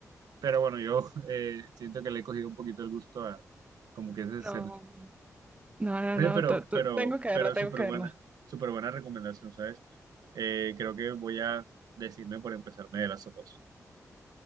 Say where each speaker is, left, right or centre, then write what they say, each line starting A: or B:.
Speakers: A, on the right; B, on the right.
A: Pero bueno, yo eh, siento que le he cogido un poquito el gusto a como que ese
B: no,
A: ser.
B: no, no,
A: Oye,
B: no,
A: pero,
B: to- to-
A: pero,
B: tengo que verla,
A: pero
B: tengo
A: súper
B: que
A: buena,
B: verla.
A: súper buena recomendación, ¿sabes? Eh, creo que voy a decirme por empezarme de las ojos.